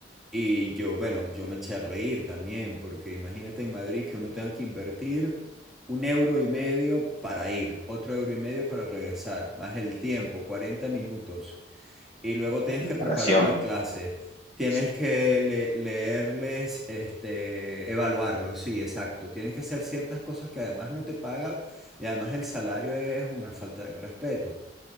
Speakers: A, in the centre; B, on the left.
A: Y yo, bueno, yo me eché a reír también, porque imagínate en Madrid que uno tenga que invertir un euro y medio para ir, otro euro y medio para regresar, más el tiempo, 40 minutos. y luego tienes
B: la preparación,
A: que preparar la clase. Tienes
B: sí,
A: que le- leerles, este, evaluarlos, sí, exacto. Tienes que hacer ciertas cosas que además no te pagan y además el salario es una falta de respeto.